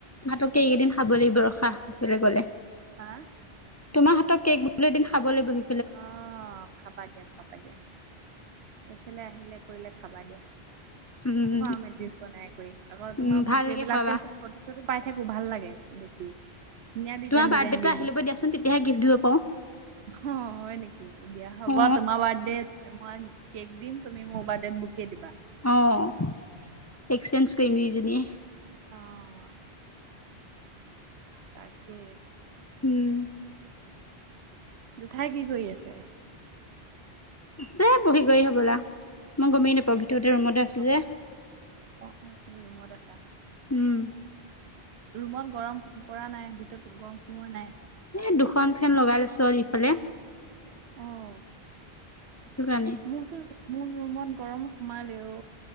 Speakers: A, on the left; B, on the right.
A: ভাতকে এইকেইদিন খাব লাগিব ৰখা, বেলেগলে।
B: হা?
A: তোমাৰ হাত কেক বোলো এদিন খাবল লাগিবহি
B: অ', খাবা দিয়া খাবা দিয়া। এইফালে আহিলে কৰিলে খাবা দিয়া।
A: উম
B: খোৱাম এদিন বনাই কৰি। আকৌ তোমাৰ
A: উম ভালকে
B: বুকে বিলাক
A: খোৱাবা
B: কিন্তু ফটো চটো পাই থাকোঁ, ভাল লাগে দে খি, ধুনিয়া ডিজাইন
A: তোমাৰ বাৰ্থডেটো
B: ডিজাইন দি
A: আহি
B: বনোৱা।
A: ল'ব দিয়াচোন তেতিয়াহে গিফ্ট দিব পাৰো
B: অ', হয় নেকি? দিয়া হ'ব
A: অ
B: তোমাৰ বাৰ্থডেত মই কেক দিম, তুমি মোৰ বাৰ্থডেত বুকে দিবা।
A: অ', এক্সচেঞ্জ কৰিম দুইজনীয়ে।
B: অ'। তাকে।
A: উম।
B: জোঠাই কি কৰি আছে?
A: আছে বহি কৰি হ'বলা, মই গমেই নাপাওঁ ভিতৰতে ৰুমতে আছোঁ
B: অ
A: যে।
B: অ', অ', তুমি ৰুমত আছা।
A: উম
B: ৰুমত গৰম পৰা নাই, ভিতৰত গৰম সোৱোৱা নাই।
A: এ, দুখন ফেন লগাই লৈছো আৰু ইফালে।
B: অ'।
A: সেইটো কাৰণে।
B: মোৰ চো মোৰ ৰুমত গৰম সোমালেও